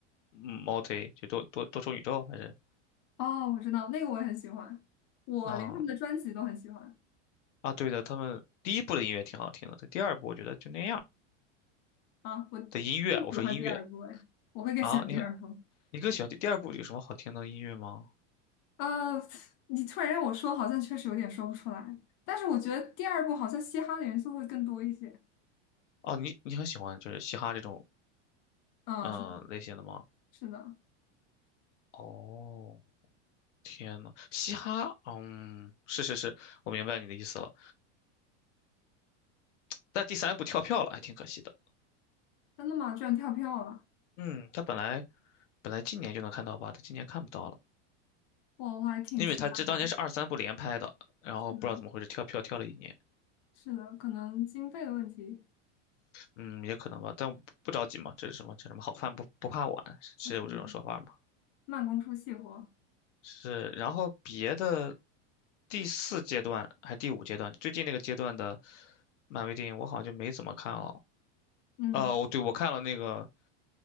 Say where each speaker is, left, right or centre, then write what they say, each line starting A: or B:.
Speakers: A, on the left; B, on the left.
A: 嗯 multi 就多多多重宇宙还是
B: 哦，我知道，那个我也很喜欢，我连他们的专辑都很喜欢
A: 啊嗯啊对的，他们第一部的音乐挺好听的，但第二部我觉得就那样
B: 啊，我
A: 的音乐，
B: 更喜欢第二部，
A: 我说音乐
B: 哎，我会更喜欢第二部。
A: 啊，你你更喜欢第第二部有什么好听的音乐吗？
B: 呃，你突然让我说，好像确实有点说不出来，但是我觉得第二部好像嘻哈的元素会更多一些。
A: 哦，你你很喜欢就是嘻哈这种
B: 啊，
A: 嗯呃类型的吗？
B: 是是的，
A: 哦，天呐，嘻哈，嗯，是是是，我明白你的意思了。但第三部跳票了，还挺可惜的。
B: 真的吗？居然跳票了。
A: 嗯，他本来本来今年就能看到吧，他今年看不到了，
B: 我我还挺期待的。
A: 因为他这当年是二三部连拍的，然后不知道怎么回事跳票跳了一年。
B: 是的，是的，可能经费的问题，
A: 嗯，也可能吧，但不着急嘛。这是什么？这什么好饭不不怕晚，是有这种说法吗？
B: 是的慢工出细活。
A: 是。然后别的第四阶段还是第五阶段，最近那个阶段的漫威电影我好像就没怎么看了。
B: 嗯，
A: 哦，我对我看了那个